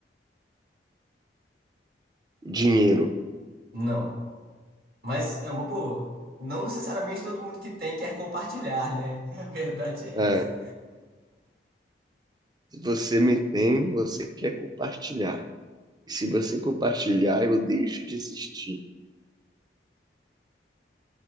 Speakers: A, on the right (about 20°); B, on the right (about 55°).
A: Dinheiro.
B: Não. Mas é uma boa. Não necessariamente todo mundo que tem quer compartilhar, né? <laughs> A verdade é
A: Ah,
B: essa.
A: Se você me tem, você quer compartilhar. E se você compartilhar, eu deixo de existir.